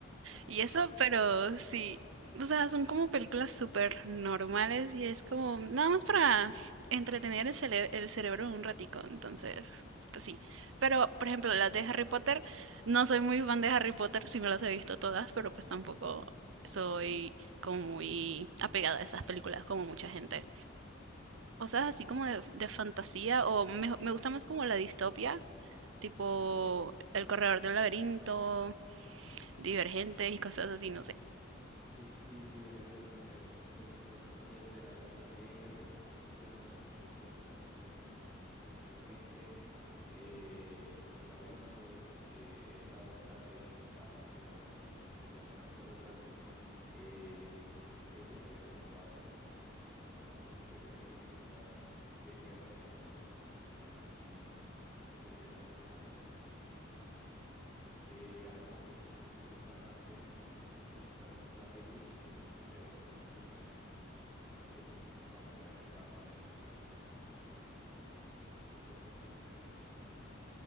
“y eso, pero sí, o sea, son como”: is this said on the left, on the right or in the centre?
Right